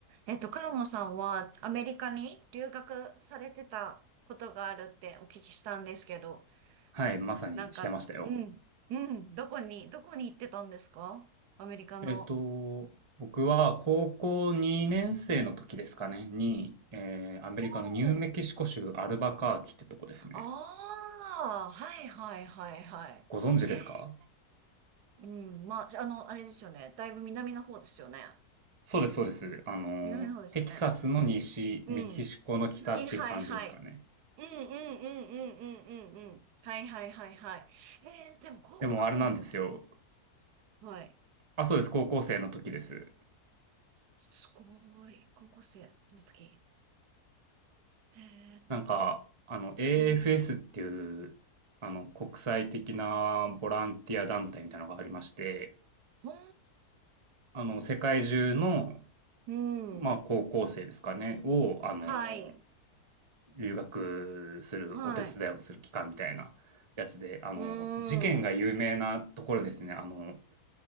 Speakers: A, on the right; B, on the right.
A: えっと、カルモさんはアメリカに留学されてたことがあるってお聞きしたんですけど、
B: はい、まさにしてましたよ。
A: なんか、うん、うん、どこに、どこに行ってたんですかアメリカの。
B: えっと、僕は高校2年生の時ですかね、に、えーアメリカのニューメキシコ州アルバカーキってとこですね。
A: おーああ、はいはいはいはい。
B: ご存知ですか
A: へえ、うん、まあ、あの、あれですよね。だいぶ南の方ですよね。
B: そうです、そうです。あの、
A: 南の方ですよね。
B: テキサスの西、
A: うん。
B: メキシコの北っていう感じですかね。
A: はいはいはい。うんうんうんうんうんうんうん。はいはいはいはい。えー、でも高校生の時。
B: でもあれなんですよ。
A: はい。
B: あ、そうです、高校生の時です。
A: すごい。高校生の時。へえ。
B: なんか、あの、AFS
A: うん。う
B: っていう、あの、国際的なボランティア団体みたいなのがありまして、
A: ん。
B: あの、世界中の
A: うん。
B: まあ、高校生ですかね、を、あの、
A: はい。
B: 留学する、
A: はい。
B: お手伝いをする期間みたいなやつで、あの、
A: うー
B: 事件が有名なところですね。
A: ん。
B: あの、